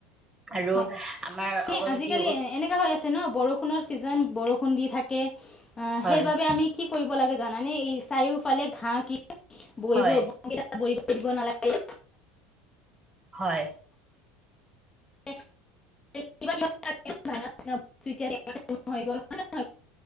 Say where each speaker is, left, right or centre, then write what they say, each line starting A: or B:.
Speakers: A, on the right; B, on the left.
A: আৰু
B: হয় হয়
A: আমাৰ
B: মানে
A: অগজতি
B: আজিকালি এনেকা হৈ আছে ন বৰষুণৰ ছিজন বৰষুণ দি থাকে
A: হয়
B: সেইবাবে আমি কি কৰিব লাগে জানানে এই চাৰিওফালে ঘাঁহ ক বৰিবেই
A: হয়
B: ব থৈ দিব নালাগে
A: হয়
B: <unintelligible>